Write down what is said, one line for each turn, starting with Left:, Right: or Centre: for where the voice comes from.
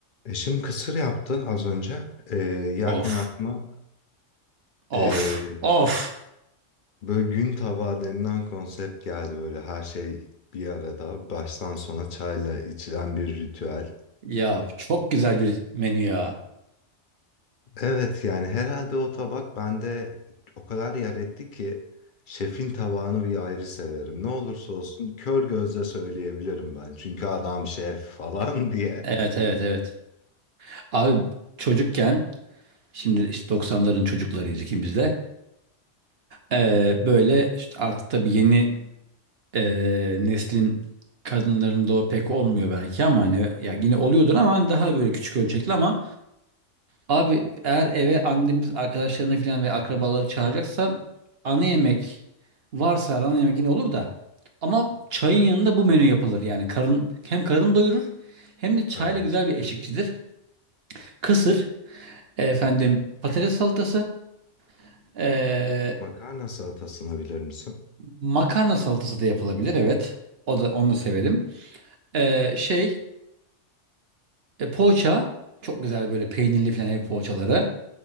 Left: Eşim kısır yaptı az önce. Ee, yerken
Right: Of,
Left: aklıma ee,
Right: of, of.
Left: böyle gün tabağı denilen konsept geldi. Böyle her şey bir arada baştan sona çayla içilen bir ritüel.
Right: Ya çok güzel bir menü ya.
Left: Evet yani herhalde o tabak bende o kadar yer etti ki şefin tabağını bir ayrı severim. Ne olursa olsun kör gözle söyleyebilirim ben. Çünkü adam şef falan <laughs> diye.
Right: Evet, evet, evet. Abi çocukken, şimdi işte 90'ların çocuklarıyız ikimiz de. Ee, böyle işte artık tabii yeni e, neslin kadınlarında o pek olmuyor belki ama hani ya yine oluyordur ama hani daha böyle küçük ölçekli ama Abi eğer eve annemiz arkadaşlarını falan ve akrabaları çağıracaksa ana yemek varsa ana yemek yine olur da ama çayın yanında bu menü yapılır yani karın hem karın doyurur hem de çayla
Left: Evet.
Right: güzel bir eşlikçidir. Kısır efendim patates salatası e,
Left: Makarna salatasını bilir misin?
Right: makarna salatası da yapılabilir evet o da onu da severim. E, şey e, poğaça çok güzel böyle peynirli falan ev poğaçaları